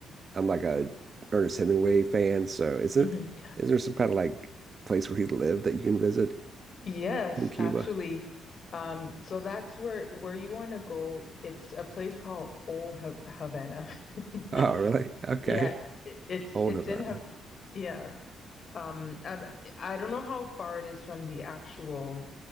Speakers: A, on the right; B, on the left.
A: I'm like a Ernest Hemingway fan. So is it
B: hmm
A: is there some kind of like place where he lived that you can visit
B: Yes,
A: in Cuba?
B: actually.
A: <laughs>
B: Um, so that's where where you want to go. It's a place called Old Ha- Havana. <laughs>
A: Oh, really? Okay.
B: Yeah, it, it's
A: Old
B: it's
A: about
B: in Hav
A: it.
B: yeah. Um, I'm, I don't know how far it is from the actual